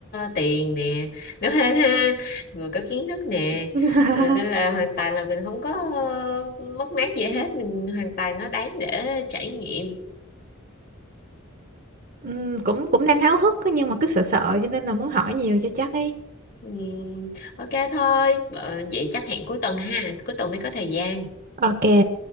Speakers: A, on the left; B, on the right.
A: tiền nè nó hên ha vừa có kiến thức nè
B: <laughs>
A: à, nên là hoàn toàn là mình không có ờ, mất mát gì hết mình hoàn toàn nó đáng để trải nghiệm
B: Ừm, cũng cũng đang háo hức á, nhưng mà cứ sợ sợ cho nên là muốn hỏi nhiều cho chắc ấy
A: ừ, ok thôi ờ, vậy chắc hẹn cuối tuần ha cuối tuần mới có thời gian
B: ok